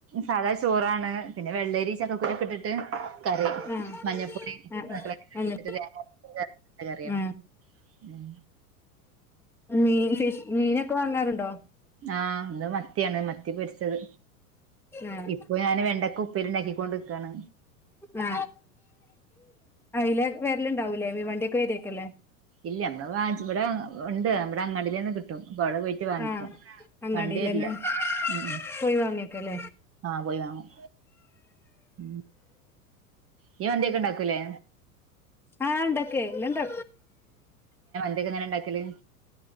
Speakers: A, on the right; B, in the centre.
A: സാധാ ചോറാണ്. പിന്നെ വെള്ളരി ചക്കക്കുരൊക്കെ ഇട്ടിട്ട് കറി
B: ആഹ്
A: മഞ്ഞൾപ്പൊടി
B: ആഹ്
A: <unintelligible>
B: ആഹ്
A: ഇട്ടട്ട് തേങ്ങ അരച്ച <unintelligible> കറിയാണ്.
B: ആഹ്
A: ഉം
B: മീൻ ഫിഷ് മീനൊക്കെ വാങ്ങാറുണ്
A: ആ ഇന്ന് മത്തിയാണ് മത്തി പൊരിച്ചത്.
B: ആഹ്
A: ഇപ്പൊ ഞാന് വെണ്ടക്ക ഉപ് പ്പേരി ഇണ്ടാക്കിക്കോണ്ട് ഇക്കാണ്.
B: ആ അയ്‌ലേക്ക് വെർലുണ്ടാവൂലേ? മീ വണ്ടിയൊക്കെ വരിയാക്കും ല്ലേ?
A: ഇല്ല നമ്മള് വാങ്ങ്ച്ച് ഇവിടെ ഉണ്ട് നമ്മടെ അങ്ങാടിയിലേന്ന് കിട്ടും. പ്പ അവിടെ പോയിട്ട് വാങ്ങിക്കും.
B: ആഹ് അങ്ങാടിലന്നെ
A: വണ്ടി വരില്ല. ഉം ഉം
B: പോയി വാങ്ങിക്കല്ലേ
A: ആ പോയി വാങ്ങും. ഉം നീ മന്തിയൊക്കെ ഉണ്ടാക്കൂലേ?
B: ആ ഇണ്ടാക്കേ ല്ലണ്ട്
A: ന്തിയൊക്കെ എങ്ങനെ ഇണ്ടാക്കല്?